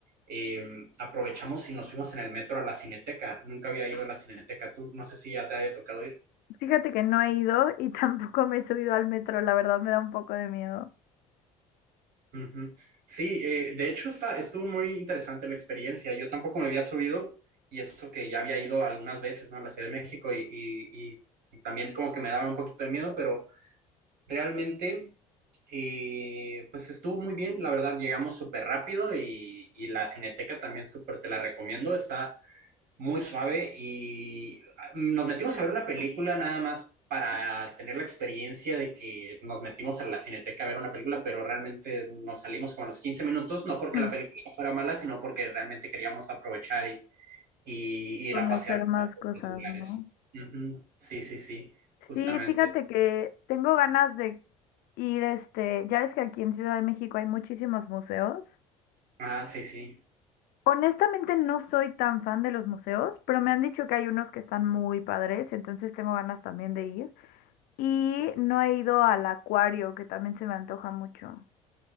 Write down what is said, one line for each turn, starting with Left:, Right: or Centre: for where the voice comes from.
Right: eh, aprovechamos y nos fuimos en el metro a la Cineteca. Nunca había ido a la Cineteca, tú no sé si ya te había tocado ir.
Left: Fíjate que no he ido y <laughs> tampoco me he subido al metro, la verdad me da un poco de miedo
Right: Ujú. Sí, eh, de hecho está, estuvo muy interesante la experiencia. Yo tampoco me había subido y eso que ya había ido algunas veces, ¿no? A la Ciudad de México y, y- y- y también como que me daba un poquito de miedo, pero Realmente, eh, pues estuvo muy bien, la verdad, llegamos súper rápido y, y la Cineteca también súper te la recomiendo, está muy suave y ah, nos metimos a ver una película nada más para tener la experiencia de que nos metimos a la Cineteca a ver una película, pero realmente nos salimos como a los 15 minutos, no porque
Left: mm,
Right: la película fuera mala, sino porque realmente queríamos aprovechar y, y ir
Left: conocer
Right: a pasear
Left: más
Right: por
Left: cosas,
Right: otros lugares.
Left: ¿no?
Right: Ujú, Sí, sí, sí, justamente.
Left: Sí, fíjate que tengo ganas de ir, este, ya ves que aquí en Ciudad de México hay muchísimos museos.
Right: Ah, sí, sí.
Left: Honestamente no soy tan fan de los museos, pero me han dicho que hay unos que están muy padres, entonces tengo ganas también de ir. Y no he ido al acuario, que también se me antoja mucho.